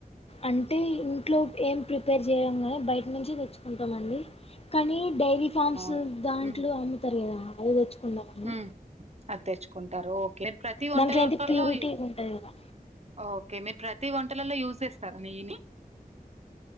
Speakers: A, on the left (about 40°); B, on the right (about 45°).
A: అంటే ఇంట్లో ఏం ప్రిపేర్ చేయంగా బయట నుంచి తెచ్చుకుంటామ అండి కానీ డైరీ ఫామ్స్
B: అవును.
A: దాంట్లో
B: హ్మ్.
A: అమ్ముతారు కదా అవి తెచ్చుకుందామని
B: హ్మ్. అది తెచ్చుకుంటారు ఓకే ప్రతి వంటకాల్లో
A: దాంట్లో అయితే ప్యూరిటీ ఉంటుంది కదా
B: ఓకే మీరు ప్రతి వంటలలో యూస్్ చేస్తార నెయ్యి నీ